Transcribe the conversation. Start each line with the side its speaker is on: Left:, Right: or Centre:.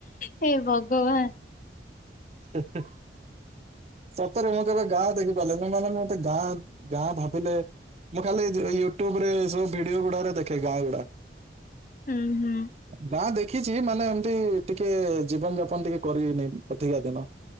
Left: ହେ ଭଗବାନ।
Right: ହେଁ ହେଁ। ସତରେ ମୁଁ କେବେ ଗାଁ ଦେଖିପାରିଲେ ନି ମାନେ ମତେ ଗାଁ ଗାଁ ଭାବିଲେ ମୁଁ ଖାଲି ଯଉ ୟୁଟ୍ୟୁବରେ ଏସବୁ ଭିଡିଓ ଗୁଡାକ ଦେଖେ ଗାଁ ଗୁଡା।
Left: ହୁଁ ହୁଁ
Right: ଗାଁ ଦେ ଖିଛି ମାନେ ଏମତି ଟିକେ ଜୀବନ ଯାପନ ଟିକେ କରିବିନି ଅଧିକା ଦିନ।